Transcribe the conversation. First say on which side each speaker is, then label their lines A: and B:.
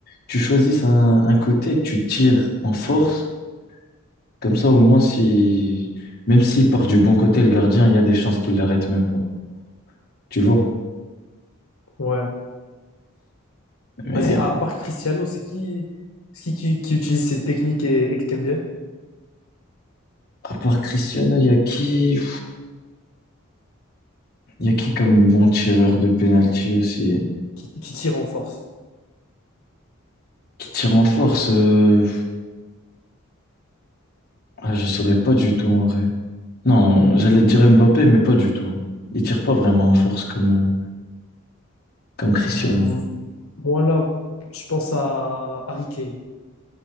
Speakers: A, on the left (about 45°); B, on the left (about 75°).
A: tu choisisses un, un côté, que tu tires en force. Comme ça, au moins, si, même s'il part du bon côté, le gardien, il y a des chances qu'il l'arrête même pas. Tu vois?
B: Ouais.
A: Mais
B: Vas-y, à part
A: euh,
B: Cristiano, c'est qui, c'est qui, qui, qui utilise cette technique et, et que t'aimes bien?
A: à part Cristiano, il y a qui, il y a qui comme bon tireur de penalty aussi?
B: Qui, qui tire en force?
A: Qui tire en force? euh, Ah, je saurais pas du tout en vrai. Non, j'allais dire Mbappé, mais pas du tout. Il tire pas vraiment en force comme, euh, comme Cristiano.
B: Hmm, Moi, là, je pense à Harry Kane.